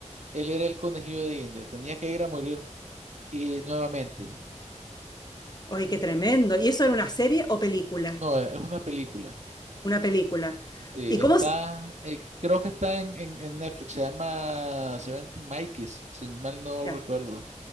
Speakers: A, on the right; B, on the left.
A: él era el conejillo de India, tenía que ir a morir y nuevamente.
B: Oye, qué tremendo. ¿Y eso era una serie o película?
A: No, eh, es una película.
B: Una película.
A: Sí,
B: ¿Y cómo
A: está,
B: se...
A: eh, creo que está en, en, en Netflix, se llama Seventeen Mikeys, si mal no
B: Ya,
A: recuerdo.